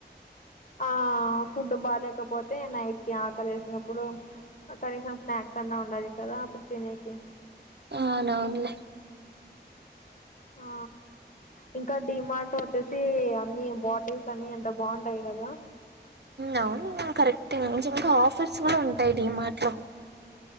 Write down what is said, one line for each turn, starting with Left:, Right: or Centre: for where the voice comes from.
Left: ఆ ఫుడ్ బాలేకపోతే నైట్కిి ఆకలి వసినప్పుడు కనీసం స్నాక్స్ అన్నా ఉండాలి కదా అప్పుడు తినేనికి
Right: అనవునులే
Left: ఆ ఇంకా డిమార్ట్ వచ్చేసి అన్ని బాటిల్స్ అన్ని ఎంత బాగుంటాయి కదా
Right: అవును కరెక్ట్ కొంచం ఇంకా ఆఫర్స్ కూడా ఉంటాయి ఈ మాటలో